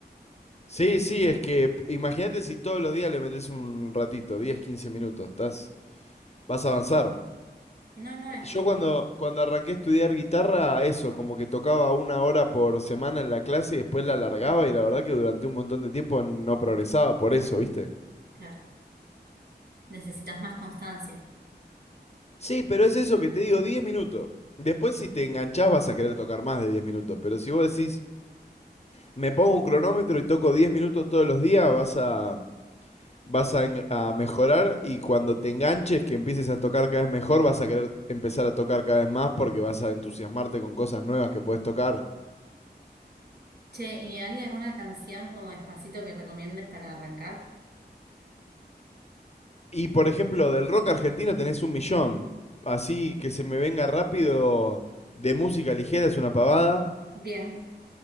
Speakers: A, on the left; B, on the right.
A: Sí, sí, es que imagínate si todos los días le metes un ratito, 10, quince minutos, estás, vas a avanzar.
B: No, no,
A: Eh,
B: es
A: Yo
B: que
A: cuando,
B: sí,
A: cuando arranqué a estudiar guitarra, eso, como que tocaba una hora por semana en la clase y después la alargaba y la verdad que durante un montón de tiempo no progresaba por eso, ¿viste?
B: claro, necesitas más constancia.
A: Sí, pero es eso que te digo, 10 minutos. Después si te enganchás vas a querer tocar más de 10 minutos, pero si vos decís, me pongo un cronómetro y toco 10 minutos todos los días, vas a, vas a, en- a mejorar y cuando te enganches, que empieces a tocar cada vez mejor, vas a querer empezar a tocar cada vez más porque vas a entusiasmarte con cosas nuevas que puedes tocar.
B: Che, ¿y hay alguna canción como Despacito que recomiendes para arrancar?
A: Y por ejemplo, del rock argentino tenés un millón. Así que se me venga rápido de música ligera es una pavada.
B: Bien,